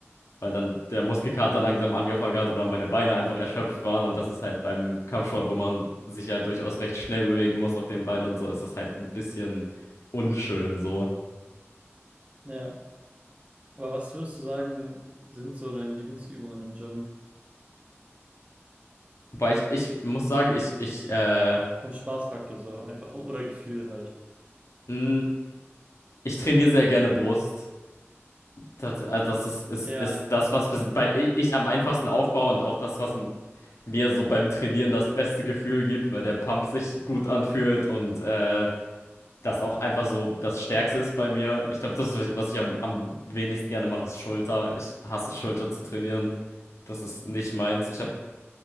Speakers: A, on the left; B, on the right.
A: weil dann der Muskelkater langsam angefangen hat oder meine Beine einfach erschöpft waren. Und das ist halt beim Kampfsport, wo man sich ja durchaus recht schnell bewegen muss auf den Beinen und so, ist das halt ein bisschen unschön, so.
B: ja. Aber was würdest du sagen, sind so deine Lieblingsübungen im Gym?
A: Wobei ich, ich muss sagen, ich, ich, äh,
B: Vom Spaßfaktor so, einfach oder Gefühl halt.
A: mh, ich trainiere sehr gerne Brust. Das, also das ist, ist,
B: Ja,
A: ist das, was bis- bei, ich am einfachsten aufbaue und auch das, was m- mir so beim Trainieren das beste Gefühl gibt, weil der Pump sich gut anfühlt und äh, das auch einfach so das Stärkste ist bei mir. Ich glaube, das, ist, was ich am, am wenigsten gerne mache, ist Schulter. Ich hasse Schulter zu trainieren. Das ist nicht meins. Ich habe